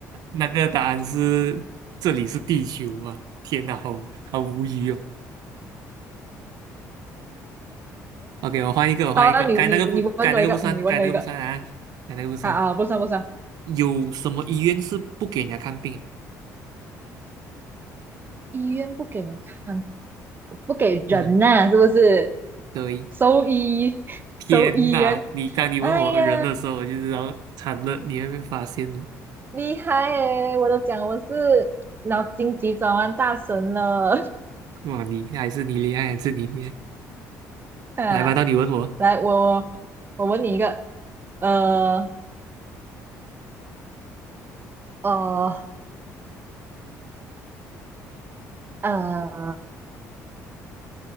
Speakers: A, on the right (about 70°); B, on the right (about 30°).
A: 那个答案是这里是地球嘛？天哪，好好无语哦。OK，我换一个，我换一个。
B: 好，那你你你问我一个，
A: 该那个不，该那个不算，
B: 嗯，你问我一个，
A: 该那个不算啊，该那个不算。
B: 啊啊，不算不算，
A: 有什么医院是不给人家看病？
B: 医院不给人看，不给人呐、
A: 嗯，
B: 啊是不是？
A: 对。
B: 兽医，<laughs>
A: 天哪，
B: 兽医员。
A: 你当你问我人的时候，
B: 哎呀，
A: 我就知道惨了，你还被发现了。
B: 厉害诶！我都讲我是脑筋急转弯大神了。
A: 哇，你还是你厉害，还是你厉害。
B: <laughs> 啊，
A: 来吧，到你问我。
B: 来，我我问你一个，呃呃呃，